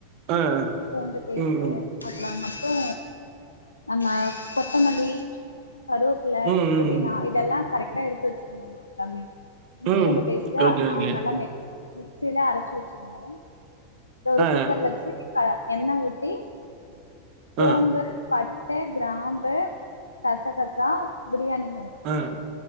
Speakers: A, on the right; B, on the left.
A: ஆ
B: இஞ்சி பூண்டு பேஸ்ட்
A: ம் ம்
B: அப்பும் இப்ப நம்ம கொத்தமல்லி கருப்புல
A: ம் ம்
B: புதினா
A: ம்
B: இதெல்லாம் கரெட் இத எடுத்து வச்சுணும்னா எல்லாமே இஞ்சி
A: ம்
B: பூண்டு பேஸ்ட்
A: ஓகே
B: அஹ்
A: ஓகே
B: நல்லா மேச் மிக்சில அரைச்சு வச்சுக்கணும் இப்ப ஒரு
A: ஆ
B: குக்கர் வச்சி பா என்ன ஊட்டி சோம்பு
A: ஆ
B: பட் முட்ட கிராம்ப கசகசா பிரியாணி
A: ஆஹ்